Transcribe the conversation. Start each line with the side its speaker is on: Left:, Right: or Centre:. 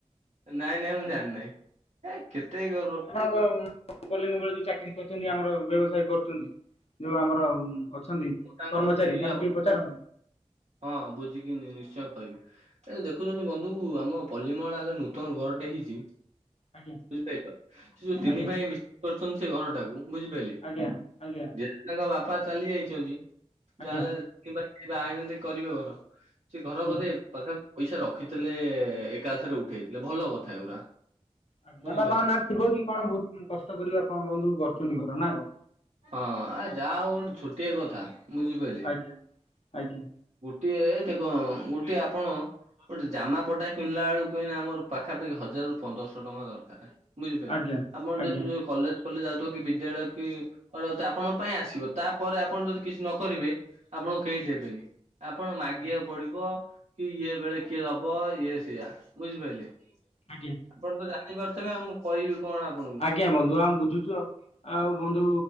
Right: ନାଇଁ ନାଇଁ ମୁଁ ଜାଣିି ନାହିଁ ଏ କେତେ ଗର
Left: ତ ପଲ୍ଲୀ ମଙ୍ଗଳାରେ ଯୋଉ ଚାକିରି କରିଛନ୍ତି ଆମର ବ୍ୟବସାୟ କରୁଛନ୍ତି। ଯୋଉ ଆମର ଅଛନ୍ତି
Right: ତାଙ୍କଠୁ
Left: କର୍ମଚାରୀ
Right: ବୁଝିକି
Left: ତାଙ୍କୁ
Right: ଆପଣ
Left: ଟିକେ ପଚାର।
Right: ହଁ ବୁଝିକି ନିଶ୍ଚୟ କହିବି। ଏ ଦେଖୁଛନ୍ତି ବନ୍ଧୁ ଆମ ପଲ୍ଲିମଙ୍ଗଳାରେ ନୂତନ ଘରଟେ ହେଇଛି।
Left: ଆଜ୍ଞା
Right: ବୁଝିପାଇଲ ସେ ଯୋଉ ତିନି
Left: ଆଜ୍ଞା
Right: ଭାଇ ମିଶିକି କରି ଛନ୍ତି ସେ ଘର ଟାକୁ ବୁଝିପାରିଲେ।
Left: ଆଜ୍ଞା ଆଜ୍ଞା।
Right: ଯେହେତୁ ତାଙ୍କ ବାପା ଚାଲି ଯାଇଛନ୍ତି
Left: ଆଜ୍ଞା
Right: ଯାହାହେଲେ କେହି ବହାହେଇନାହାନ୍ତି କରିବେ ଘର। ସେ ଘର
Left: ଆଜ୍ଞା
Right: ବୋଧେ ପାଖାପାଖି ପଇସା ରଖିଥିଲେ ଏକାଥରେ ଉଠେଇଥିଲେ ଭଲ କଥା ଏଗୁରା।
Left: ଇୟା
Right: ବୁଝିପାରିଲେ
Left: ବାପାଙ୍କ ନାଁରେ ଥିବ କି କଣ ବହୁତ କଷ୍ଟ କରିବା ଆପଣ ବନ୍ଧୁ କରୁଛନ୍ତି ଘର ନା କଣ?
Right: ହଁ ଆ ଯା ହଉ ଗୋଟେ ଛୋଟିଆ କଥା ବୁଝିପାରିଲେ।
Left: ଆଜ୍ଞା ଆଜ୍ଞା
Right: ଟିଏ ଟେକ ଗୋଟେ ଆପଣ। ଗୋଟେ ଜାମା ପଟା କିଣିଲା ବଲକୁ ଏଇନା ଆମ ପାଖପାଖି ହଜାରୁ-ପନ୍ଦର୍‌ ଶହ ଟଙ୍କା ଦରକାର। ବୁଝିପାରିଲେ
Left: ଆଜ୍ଞା
Right: ଆପଣ
Left: ଆଜ୍ଞା
Right: ଯେହେ ତୁ କଲେଜ୍‌ ପଲେଜ୍‌ ଯାଉଥିବେ କି ଦେଳ କି ଆପଣଙ୍କ ପାଇଁ ଆସିବ ତାପରେ ଆପଣ ଯଦି କିଛି ନ କରିବେ। ଆପଣଙ୍କୁ କେହି ଦେବେନି ଆପଣ ମାଗିବାକୁ
Left: ଆଜ୍ଞା
Right: ପଡ଼ିବ। କି ଇଏ ବେଳେ କିଏ ଦବ ଇଏ ସେଇଆ। ବୁଝିପାରିଲି?
Left: ଆଜ୍ଞା।
Right: ଆପଣ ତ ଜାଣିପାରୁଥିବେ ଆଉ ମୁଁ କହିବି କଣ ଆପଣଙ୍କୁ।
Left: ଆଜ୍ଞା ବନ୍ଧୁ ଆମ ବୁଝୁଛୁ ଆଉ ବନ୍ଧୁ